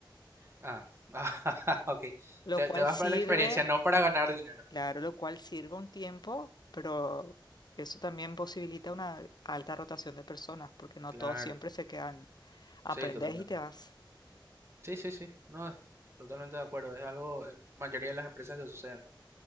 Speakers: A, on the right; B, on the left.
A: Ah, <laughs> ah, ok.
B: lo
A: Te,
B: cual
A: te vas
B: sirve.
A: para la experiencia, no para ganar dinero.
B: Claro, lo cual sirve un tiempo, pero eso también posibilita una alta rotación de personas, porque no
A: Claro,
B: todos siempre
A: to-
B: se quedan. Aprendes
A: sí, totalmente.
B: y te vas.
A: Sí, sí, sí, no, totalmente de acuerdo. Es algo en mayoría de las empresas que suceden, ¿no?